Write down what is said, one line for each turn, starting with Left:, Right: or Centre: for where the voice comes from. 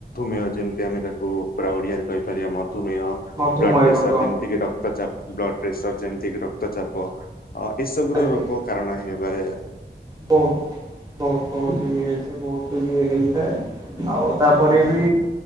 Left: ମେହ ଯେମିତି ଆମେ ତାକୁ ପା ଓଡିଆରେ କହିପାରିବା ମଧୁ ମେୟ
Right: ମଧୁମେହ
Left: ବ୍ଲଡ ପ୍ରେସର
Right: ରୋଗ
Left: ଯେମିତିକି, ରକ୍ତ ଚାପ ବ୍ଲଡ ପ୍ରେସର ଯେମିତିକି ରକ୍ତଚାପ ଅ ଏସବୁର
Right: ଆଜ୍ଞା
Left: ରୋଗ କାରଣ ହେଇବାରେ
Right: ବହୁତ ବହୁତ ବହୁତ ମ ବହୁତ ଇଏ ହେଇଥାଏ ଆଉ ତାପରେ ବି